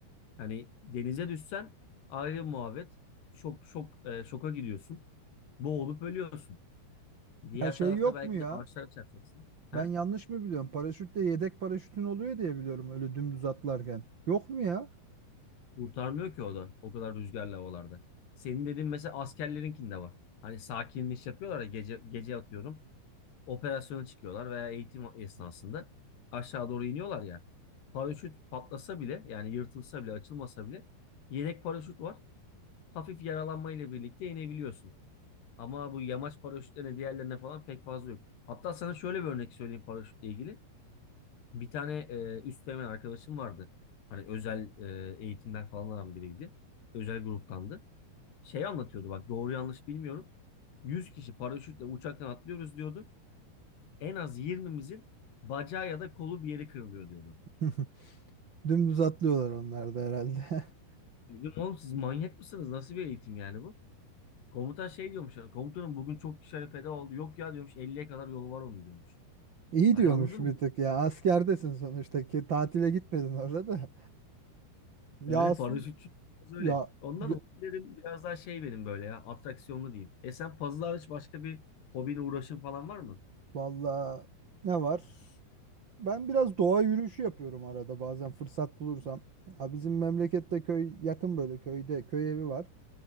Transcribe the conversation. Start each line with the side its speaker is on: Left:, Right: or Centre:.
Left: Hani denize düşsen ayrı muhabbet. Şok şok e, şoka gidiyorsun. Boğulup ölüyorsun. Diğer
Right: Ya şey
Left: tarafta
Right: yok
Left: belki
Right: mu ya?
Left: de ağaçlara çarpacaksın. Ha?
Right: Ben yanlış mı biliyorum? Paraşütte yedek paraşütün oluyor diye biliyorum öyle dümdüz atlarken. Yok mu ya?
Left: Kurtarmıyor ki o da o kadar rüzgarlı havalarda. Senin dediğin mesela askerlerinkinde var. Hani sakinleş yapıyorlar ya gece, gece atıyorum. Operasyona çıkıyorlar veya eğitim esnasında aşağı doğru iniyorlar ya. Paraşüt patlasa bile yani yırtılsa bile açılmasa bile yedek paraşüt var. Hafif yaralanmayla birlikte inebiliyorsun. Ama bu yamaç paraşütlerine diğerlerine falan pek fazla yok. Hatta sana şöyle bir örnek söyleyeyim paraşütle ilgili. Bir tane e, üst dönem arkadaşım vardı. Hani özel e, eğitimler falan alan biriydi. Özel gruptandı. Şey anlatıyordu bak doğru yanlış bilmiyorum. 100 kişi paraşütle uçaktan atlıyoruz diyordu. En az yirmimizin bacağı ya da kolu bir yeri kırılıyor diyordu.
Right: <laughs> Dümdüz atlıyorlar onlar da herhalde. <laughs>
Left: Dedim oğlum siz manyak mısınız? Nasıl bir eğitim yani bu? Komutan şey diyormuş. Komutanım bugün çok kişi feda oldu. Yok ya diyormuş Elliye kadar yolu var onun diyormuş.
Right: İyi
Left: Hani
Right: diyormuş
Left: anladın
Right: bir
Left: mı?
Right: tık ya. Askerdesin sonuçta ki tatile gitmedin orada da. Ya
Left: Yani
Right: aslında
Left: paraşütçü biraz öyle.
Right: Ya,
Left: Ondan
Right: y-
Left: hobilerim biraz daha şey benim böyle ya atraksiyonlu diyeyim. E sen puzzle hariç başka bir hobine uğraşın falan var mı?
Right: valla ne var? Ben biraz doğa yürüyüşü yapıyorum arada bazen fırsat bulursam. Ya bizim memlekette köy yakın böyle köyde köy evi var.